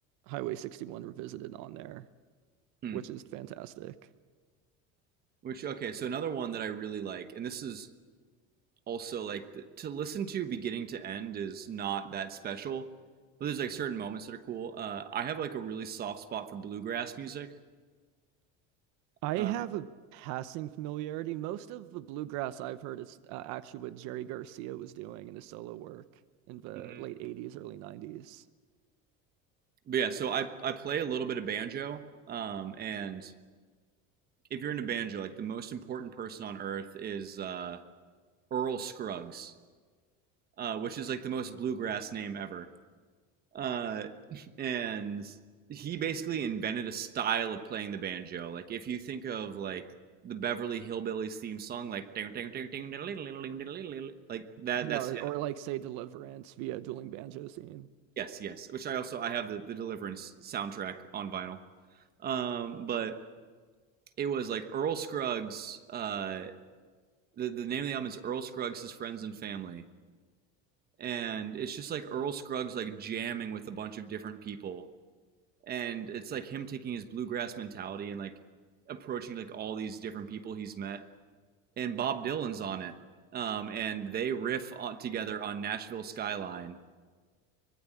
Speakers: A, on the right; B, on the right.
A: Highway 61 Revisited on there,
B: hmm.
A: which is fantastic.
B: which okay. So another one that I really like, and this is also like th- to listen to beginning to end is not that special, but there's like certain moments that are cool. Uh, I have like a really soft spot for bluegrass music.
A: I
B: Uh,
A: have a passing familiarity. Most of the bluegrass I've heard is uh, actually what Jerry Garcia was doing in his solo work in the
B: mm-hmm.
A: late 80s, early 90s.
B: but yeah, so I I play a little bit of banjo. Um, and if you're into banjo, like the most important person on earth is uh, Earl Scruggs. uh, which is like the most bluegrass name ever. Uh, <laughs> and he basically invented a style of playing the banjo. Like if you think of like the Beverly Hillbillies theme song, like ding, ding, ding, ding, diddle, diddle, diddle, diddle, diddle, diddle, like that.
A: Yeah,
B: That's
A: or,
B: it.
A: or like say Deliverance via Dueling Banjo Scene.
B: Yes, yes. Which I also I have the the Deliverance soundtrack on vinyl. Um, but it was like Earl Scruggs. Uh, the the name of the album is Earl Scruggs' His Friends and Family, and it's just like Earl Scruggs like jamming with a bunch of different people and it's like him taking his bluegrass mentality and like approaching like all these different people he's met and bob dylan's on it um, and they riff on, together on nashville skyline